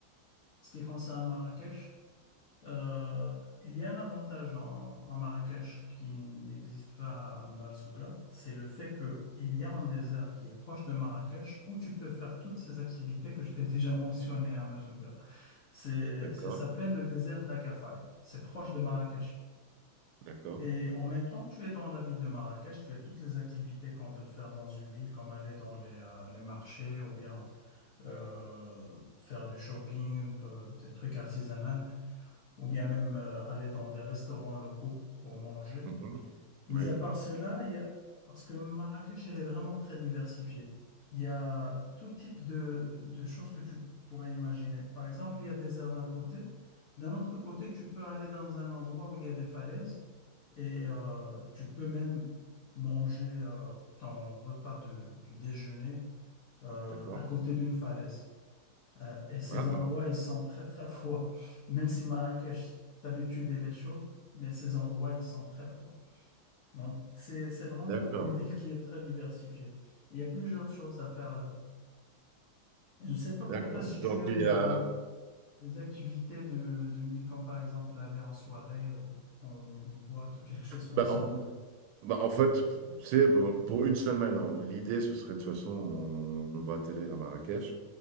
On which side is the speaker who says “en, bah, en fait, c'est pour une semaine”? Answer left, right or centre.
Right